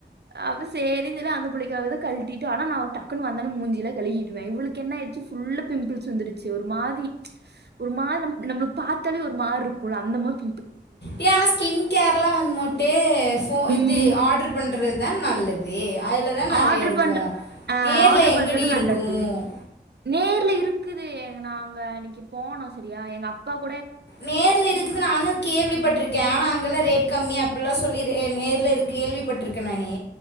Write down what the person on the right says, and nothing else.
அப்ப சேரினு சொல்லி அந்த பிள்ளக்காகதா கல்ட்டிட் ஆனா நா டக்குன்னு வந்தோனே மூஞ்சிலா கழுகிடுவே இவளுக்கு என்ன ஆயிர்ச்சு ஃபுல்லா பிம்பிள்ஸ் வந்துருச்சு ஒரு மாதி ஒரு மாரி நம் நம்மளுக்கு பார்த்தாலே ஒரு மாரி இருக்கும்ல அந்த மாதிரி
ம்
ஆர்டர்
பண்ற ஆஹ்
ஆர்டர்
பண்றது
நல்லது நேர்ல இரு இருக்குது நாங்க அன்னைக்கு போனம் சரியா எங்க அப்பாக்கு